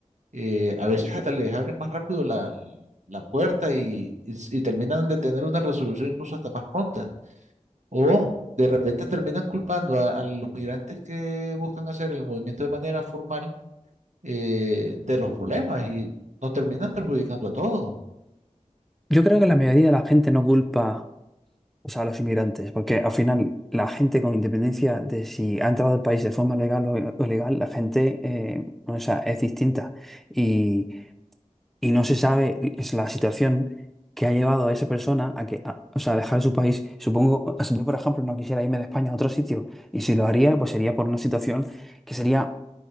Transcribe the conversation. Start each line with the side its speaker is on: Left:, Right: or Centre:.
Right: eh, a veces hasta les abren más rápido la, la puerta y, y s- y terminan de tener una resolución incluso hasta más pronta. O de repente terminan culpando a, a los migrantes que buscan hacer el movimiento de manera formal eh, de los problemas y nos terminan perjudicando a todos.
Centre: Yo creo que la mayoría de la gente no culpa, o sea, a los inmigrantes, porque al final la gente con independencia de si ha entrado al país de forma legal o, o ilegal, la gente, eh, o sea, es distinta. Y, y no se sabe es la situación que ha llevado a esa persona a que, a- o sea, a dejar su país. Supongo, o sea, yo por ejemplo no quisiera irme de España a otro sitio y si lo haría, pues sería por una situación que sería